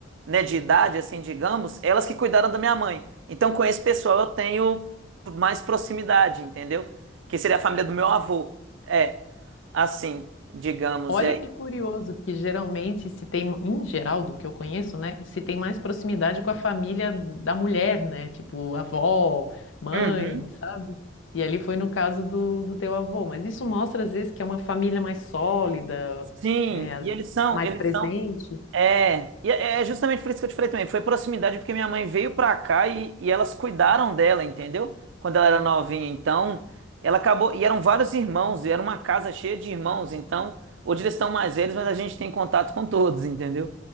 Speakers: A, on the right; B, on the left.
A: né, de idade, assim, digamos, elas que cuidaram da minha mãe. Então, com esse pessoal eu tenho mais proximidade, entendeu? Que seria a família do meu avô. É, assim, digamos,
B: Olha
A: é.
B: que curioso, que geralmente se tem, em geral, do que eu conheço, né, se tem mais proximidade com a família da mulher, né, tipo avó, mãe,
A: Uhum.
B: sabe? E ali foi no caso do, do teu avô, mas isso mostra às vezes que é uma família mais sólida,
A: Sim,
B: é, as-
A: e eles são,
B: mais
A: eles
B: presente.
A: são É, e é é justamente por isso que eu te falei também. Foi proximidade porque minha mãe veio pra cá e, e elas cuidaram dela, entendeu? Quando ela era novinha. Então, ela acabou. E eram vários irmãos, e era uma casa cheia de irmãos. Então, hoje eles estão mais velhos, mas a gente tem contato com todos, entendeu?